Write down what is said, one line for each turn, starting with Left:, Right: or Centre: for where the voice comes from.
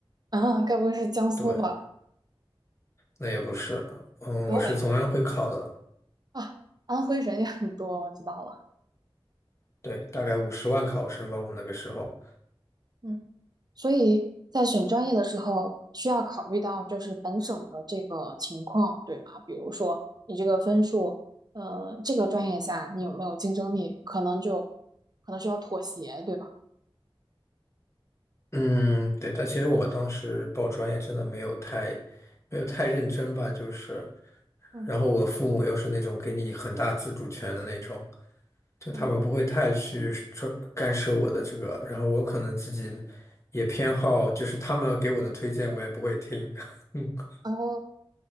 Right: 嗯，该不会是江苏吧？
Left: 对。那也不是，嗯，
Right: 河北
Left: 我是从安徽考的，
Right: 啊，安徽人也很多，我知道了。
Left: 对，大概五十万考生吧，我们那个时候，
Right: 嗯，所以在选专业的时候，需要考虑到就是本省的这个情况，对吗？比如说你这个分数，呃，这个专业下你有没有竞争力，可能就可能需要妥协，对吧？
Left: 嗯，对，但其实我当时报专业真的没有太，没有太认真吧，就是，
Right: 嗯
Left: 然后我父母又是那种给你很大自主权的那种，就他们不会太去说干涉我的这个，
Right: 嗯，
Left: 然后我可能自己也偏好，就是他们给我的推荐我也不会听，<laughs>
Right: 然后